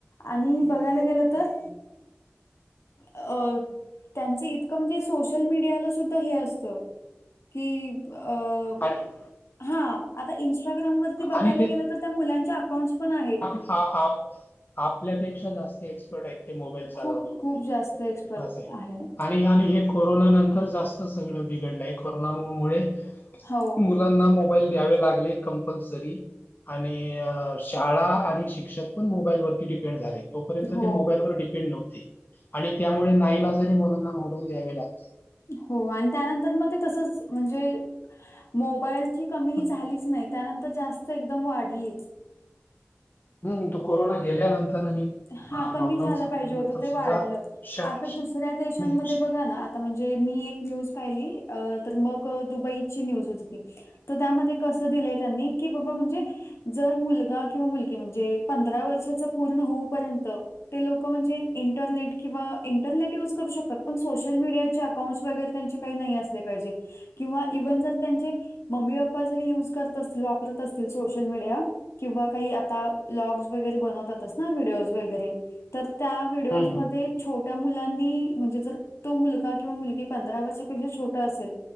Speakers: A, on the left (about 75°); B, on the left (about 45°).
A: आणि बघायला गेलं तर अ त्यांच इतकं म्हणजे सोशल मीडियाव सुद्धा हे असत की अ
B: आणि
A: हा आता इन्स्टाग्रामवररती बघायला
B: आणि
A: गेलं तर त्या मुलांच्या अकाउंट्स पण आहेत
B: हा, हा आपल्यापेक्षा जास्तेच मोबाईल चालवणे
A: खूप, खूप जास्त एक्सपर्ट
B: आणि,
A: आहे.
B: आणि हे कोरोना नंतर जास्त सगळ बिघडलंय कोरोना मुळे
A: हो,
B: मुलांना मोबाईल द्यावे लागले कंपलस तरी आणि शाळा आणि शिक्षक पण मोबाईल वरती डिपेंड झालय तोपर्यंत
A: हो,
B: ते मोबाईलवर डिपेंड नव्हते आणि त्यामुळे नाईलाजाने मुलांना मोबाईल द्यावे लागले
A: हो आणि त्यानंतर मग ते तसच म्हणजे मोबाईलची कमीही
B: तर
A: झालीच नाही त्यानंतर जास्त एकदम वाढली
B: हम्म तो कोरोना गेल्यानंतर आणि
A: हा
B: अ,
A: कमी
B: लॉकडाऊन
A: झालं
B: संपल्यानंतर
A: पाहिजे होतं ते
B: सुद्धा
A: वाढलं
B: शा
A: आता
B: श-
A: दुसऱ्या देशांमध्ये
B: नाही. श-
A: बघा ना आता म्हणजे मी एक न्यूज पाहिली तर मग दुबईची न्यूज होती ती तर त्यामध्ये कसं दिलंय त्यांनी की बाबा म्हणजे जर मुलगा किंवा मुलगी म्हणजे पंधरा वर्षाच पूर्ण होऊपर्यंत ते लोक म्हणजे इंटरनेट किंवा इंटरनेट यूज करू शकतात पण सोशल मीडियाचे अकाउंट्स वगैरे त्यांचे काही नाही असले पाहिजे किंवा इव्हन जर त्यांचे मम्मी, पप्पा जरी युज करत असतील वापरत असतील सोशल मीडिया किंवा काही आता ब्लॉग्स वगैरे बनवतातच ना व्हिडिओज वगैरे तर त्या व्हिडिओज
B: हं, हं,
A: मध्ये छोट्या मुलांनी म्हणजे जर तो मुलगा किंवा मुलगी पंधरा वर्षापेक्षा छोटा असेल